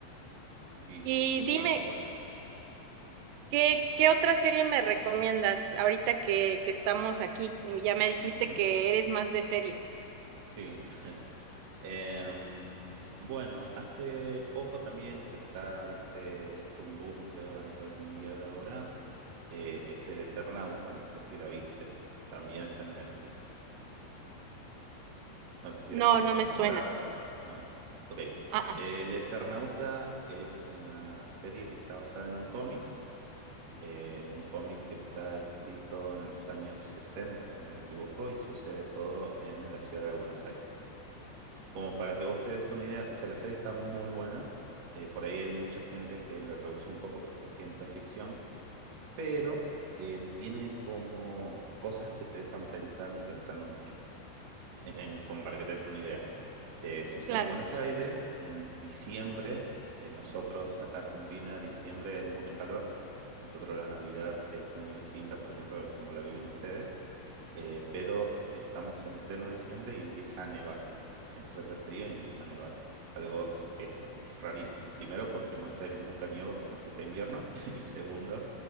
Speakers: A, on the right (about 60°); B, on the right (about 85°).
A: Sí, sí,
B: Y
A: sí, está
B: dime,
A: muy bueno.
B: ¿qué, qué otra serie me recomiendas ahorita que, que estamos aquí? Y ya me dijiste
A: Ujú,
B: que eres más de series.
A: Sí. <laughs> Em, bueno, hace poco también que está, viste, es un boom, creo, a nivel mundial ahora, eh, es El Eternauta, no sé si la viste, también está en Netflix, no sé si
B: No,
A: la escuchaste
B: no me
A: nombrar
B: suena.
A: o algo, ¿no? Ok,
B: Ah, ah,
A: El Eternauta es una serie que está basada en un cómic, eh, un cómic que está escrito en los años 60 si no me equivoco, y sucede todo en la ciudad de Buenos Aires. como para que vos te des una idea, o sea, la serie está muy buena. eh, por ahí hay mucha gente que le rehusó un poco porque es ciencia ficción, pero eh, tiene como cosas que te dejan pensando y pensando mucho. En- como para que te des una idea. Eh, sucede
B: claro,
A: en Buenos Aires en diciembre. eh, nosotros acá Argentina, diciembre, mucho calor. Nosotros la Navidad es muy distinta, por ejemplo, a como la viven ustedes eh, pero estamos en pleno diciembre y empieza a nevar. Empieza a hacer frío y empieza a nevar. Algo que es rarísimo. Primero, porque en Buenos Aires nunca nieva, por más que sea invierno. <laughs> Y segundo,